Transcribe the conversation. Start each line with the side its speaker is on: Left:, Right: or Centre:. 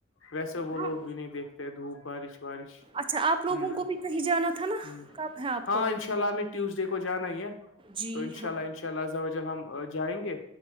Left: ویسے وہ لوگ
Right: ہاں
Left: بھی نہیں دیکھتے دھوپ بارش وارش
Right: اچھا آپ لوگوں
Left: ہوں
Right: کو بھی کہیں جانا تھا نا
Left: ہ
Right: کب ہے آپ
Left: ہاں
Right: کا وہ؟
Left: انشاء اللہ میں ٹیوزڈے کو جانا ہی ہے
Right: جی
Left: تو ان شاء
Right: ہاں،
Left: اللہ انشاء اللہ ہم جائیں گے